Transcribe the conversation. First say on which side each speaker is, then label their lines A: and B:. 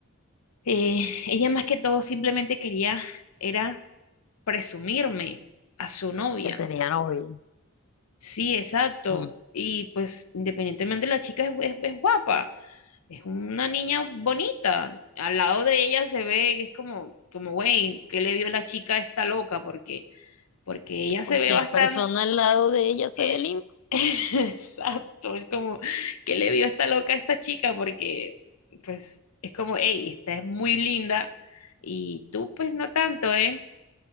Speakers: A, on the left; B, on the left.
A: eh, ella más que todo simplemente quería, era presumirme a su novia.
B: Que tenía novia.
A: Sí, exacto.
B: Mm.
A: Y pues independientemente la chica es, es- es guapa, es una niña bonita. Al lado de ella se ve, que es como, como, güey, ¿qué le vio la chica a esta loca? Porque, porque ella
B: Que cualquier
A: se ve bastante...
B: persona al lado de ella se
A: eh,
B: ve linda.
A: <laughs> exacto, es como, ¿qué le vio esta loca a esta chica? Porque, pues, es como, hey, esta es muy linda y tú pues no tanto, ¿eh?